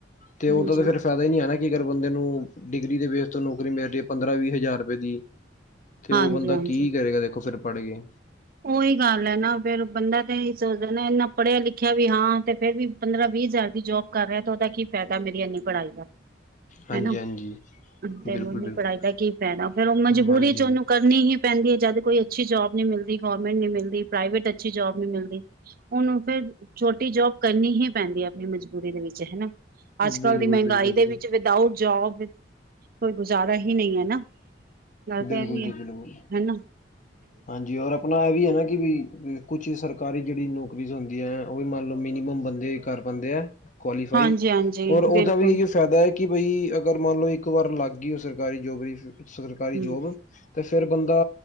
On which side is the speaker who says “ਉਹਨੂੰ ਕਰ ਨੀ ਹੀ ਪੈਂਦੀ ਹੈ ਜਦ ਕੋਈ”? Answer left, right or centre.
Right